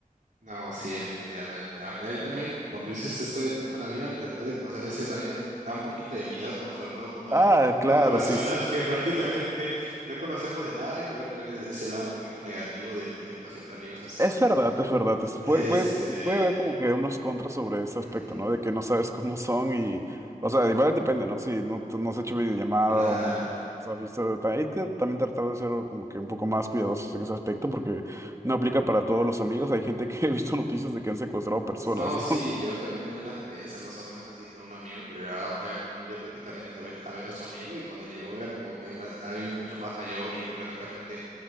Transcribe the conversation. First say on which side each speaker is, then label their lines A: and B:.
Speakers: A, on the right; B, on the right.
A: No, sí, efectivamente. Aunque hay también, como tú dices, eso de tomar avión, después de conocer a veces también da un poquito de miedo, con, sobre todo cuando,
B: Ah,
A: <laughs>
B: claro,
A: con personas
B: sí. s-
A: que prácticamente no conocemos de nada. Hay que ver también el- ese lado un poquito negativo de, por ejemplo, hacerte amigos así.
B: Es verdad, es verdad. Es-
A: Este,
B: puede, puedes- puede haber como que unos contras sobre ese
A: ujú,
B: aspecto, ¿no? De que no sabes cómo son y, o sea, igual depende, ¿no? Si no, t- no has hecho videollamada
A: claro.
B: o nunca has visto, ta- hay que también tratar de ser como que un poco más cuidadosos en ese aspecto porque no aplica para todos los amigos. Hay gente que <laughs> he visto noticias de que han secuestrado personas,
A: Pues no,
B: ¿no?
A: sí,
B: <laughs>
A: yo también tengo una experiencia más o menos así con un amigo que la verdad fue a Colombia prácticamente a ver, a ver a su amigo y cuando llegó era como que una, alguien mucho más mayor y que prácticamente